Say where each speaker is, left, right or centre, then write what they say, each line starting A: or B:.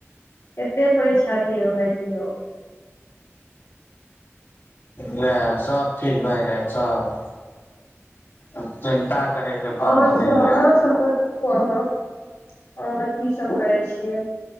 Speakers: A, on the left; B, on the left.
A: केते परीक्षा दिऔ भाईजी यौ।
B: वेएह सब ठीक भए जायत सब। चिन्ता करे के
A: आओर
B: बात नहि
A: सब
B: य
A: आहा सब बाजू अहाँ, अहाँ की सब करै छियै